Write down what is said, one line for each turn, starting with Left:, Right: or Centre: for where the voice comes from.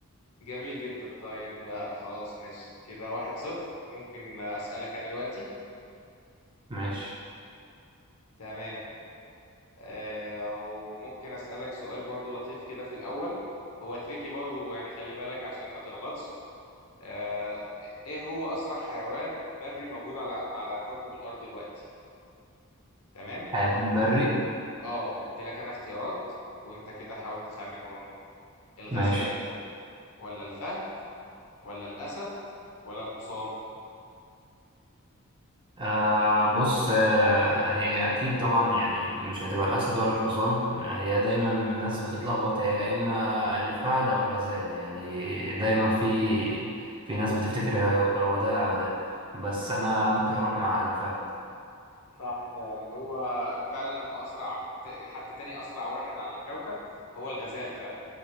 Left: جميل جدا طيب آه، خلاص ماشي كده واحد صفر ممكن آه، اسألك انا دلوقتي
Right: ماشي
Left: تمام آه، وممكن أسألك سؤال برضو لطيف كده في الأول هو تريكي برضو يعني خلي بالك عشان ما تغلطش آه، إيه هو أسرع حيوان بري موجود على على كوكب الأرض دلوقتي تمام
Right: حيوان
Left: هت-
Right: بري
Left: هت- آه هدي لك أنا اختيارات وأنت كده حاول تخمن هو مين الغزال
Right: ماشي
Left: ولا الفهد ولا الأسد ولا الحصان
Right: آه بص آه هي أكيد طبعا يعني مش هتبقى الأسد ولا الحصان آه هي دايما الناس بتتلخبط هي يا إما الفهد أو الغزال يعني دايما في في ناس بتفتكر هو هو ده أو ده بس أنا ممكن أروح مع الفهد
Left: صح فعلا هو فعلا هم أسرع ت- حتى تاني أسرع واحد على الكوكب هو الغزال فعلا